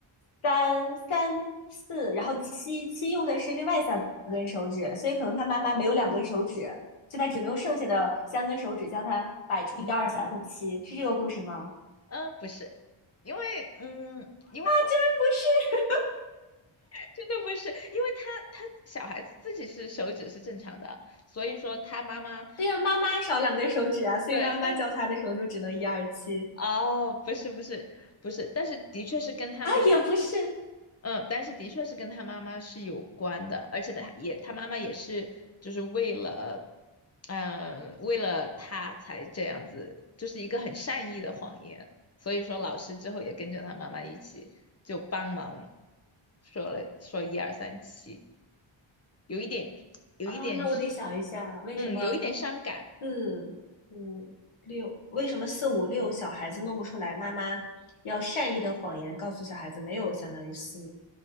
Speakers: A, on the left (about 80°); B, on the left (about 30°).
A: 三、三、四，然后七七用的是另外三根手指，所以可能他妈妈没有两根手指，所以他只能用剩下的三根手指教他摆出一二三和七，是这个故事吗？啊，
B: 嗯、不是，因为嗯，因为他
A: 居然不是，
B: 真的不是，因为他他小孩子自己是手指是正常的，所以说他妈妈
A: 对呀、妈妈少两根手指啊，所以妈妈教他的时候就只能一二七
B: 对，但是哦，不是不是不是，但是的确是跟他妈。
A: 啊，也不是，
B: 嗯，但是的确是跟他妈妈是有关的，而且他也他妈妈也是就是为了，嗯、为了他才这样子，就是一个很善意的谎言。所以说老师之后也跟着他妈妈一起就帮忙说了说一二三七，有一点有一点
A: 啊，那我得想一下，为什么
B: 嗯有一点伤感。
A: 四五六，为什么四五六小孩子弄不出来？妈妈要善意的谎言告诉小孩子，没有相当于四